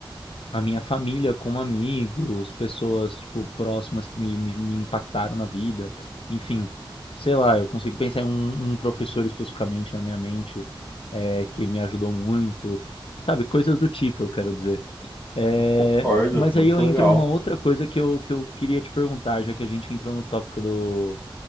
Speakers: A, on the left (about 80°); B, on the left (about 25°).
A: a minha família como amigos, pessoas, tipo, próximas que me, me, me impactaram na vida. Enfim, sei lá, eu consigo pensar em um, um professor especificamente na minha mente é, que me ajudou muito. Sabe, coisas do tipo, eu quero dizer. É,
B: Concordo,
A: mas
B: muito
A: aí eu entro
B: legal.
A: numa outra coisa que eu, que eu queria te perguntar, já que a gente entrou no tópico do,